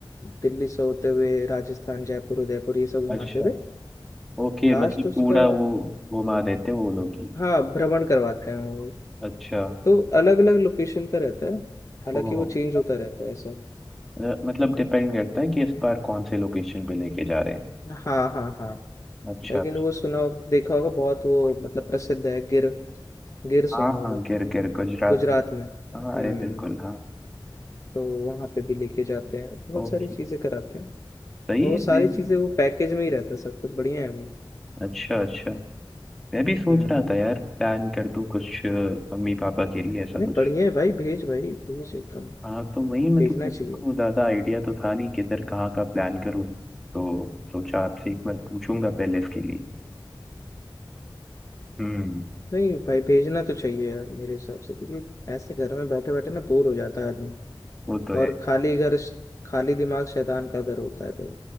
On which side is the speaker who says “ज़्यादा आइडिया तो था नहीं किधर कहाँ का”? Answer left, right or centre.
Centre